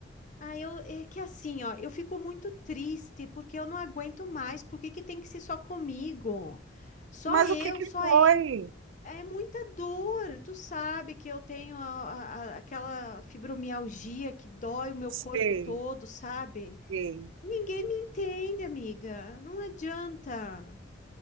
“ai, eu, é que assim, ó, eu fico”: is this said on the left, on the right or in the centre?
Left